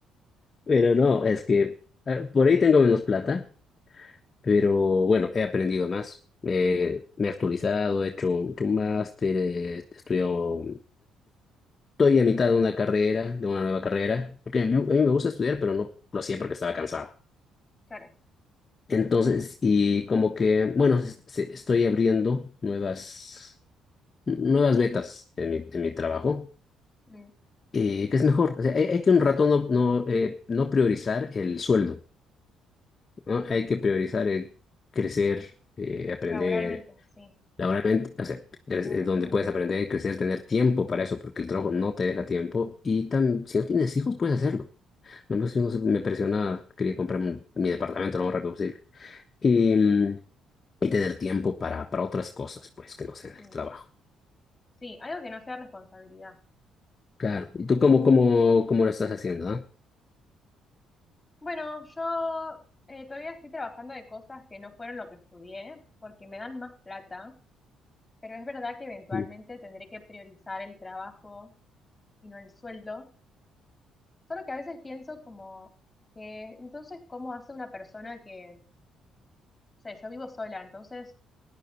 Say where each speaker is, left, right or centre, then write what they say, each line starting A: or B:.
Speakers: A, on the left; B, on the left.
A: Pero no, es que eh, por ahí tengo menos plata, pero bueno, he aprendido más. Eh, me he actualizado, he hecho un, hecho un máster, eh, he estudiado, Estoy a mitad de una carrera, de una nueva carrera, porque a mí, a mí me gusta estudiar, pero no lo hacía
B: Mm,
A: porque estaba cansado.
B: claro.
A: Entonces, y como que, bueno, es- se- estoy abriendo nuevas, nuevas metas en mi, en mi trabajo,
B: Mm,
A: eh, que es mejor. O sea, hay, hay que un rato no, no, eh, no priorizar el sueldo, ¿no? Hay que priorizar el crecer,
B: mm.
A: eh, aprender
B: Laboralmente, sí,
A: laboralmente, o sea, cre-
B: claro.
A: eh, donde puedes aprender, crecer, tener tiempo para eso, porque el trabajo no te deja tiempo. Y tam- si no tienes hijos, puedes hacerlo. No, pues, no sé, me presionaba quería comprarme un- mi departamento lo más rápido posible. Y, mm,
B: Sí.
A: y tener tiempo para, para otras cosas, pues, que no sean el
B: mm.
A: trabajo.
B: Sí, algo que no sea responsabilidad.
A: Claro. ¿Y tú cómo, cómo, cómo lo estás haciendo, ah?
B: Bueno, yo eh, todavía estoy trabajando de cosas que no fueron lo que estudié, porque me dan más plata, pero es verdad que eventualmente
A: Sí.
B: tendré que priorizar el trabajo y no el sueldo. Solo que a veces pienso como que, entonces, ¿cómo hace una persona que, o sea, yo vivo sola, entonces,